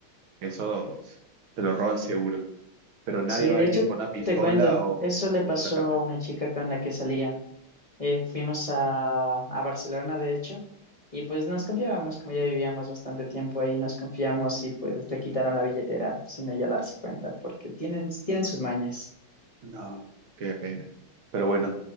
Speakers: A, on the right; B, on the left.
A: eso te lo roban seguro. Pero nadie
B: Sí,
A: va
B: de
A: a venir
B: hecho,
A: con una pistola
B: te cuento,
A: o
B: eso le pasó
A: a sacarte
B: a una chica con la que salía. Eh, fuimos a, a Barcelona, de hecho, y pues nos confiábamos, como ya vivíamos bastante tiempo ahí, nos confiamos y pues le quitaron la billetera sin ella darse cuenta, porque tienen, tienen sus mañas.
A: No, qué pena. Pero bueno,